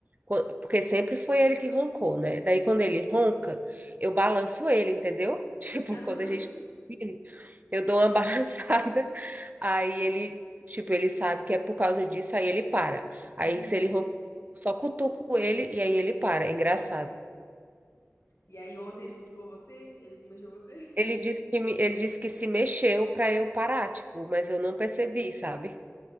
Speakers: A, on the right; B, on the left.
A: co- Porque sempre foi ele que roncou, né? Daí quando ele ronca, eu balanço ele, entendeu? <laughs> Tipo,
B: Aham.
A: quando a gente tá dormindo, eu dou uma <laughs> balançada, aí ele, tipo, ele sabe que é por causa disso, aí ele para. Aí
B: Uhum.
A: se ele ronca, eu só cutuco ele e aí ele para. É engraçado.
B: E aí ontem ele futucou você? Ele mexeu você?
A: Ele disse que, me- ele disse que se mexeu pra eu parar, tipo, mas eu não percebi, sabe?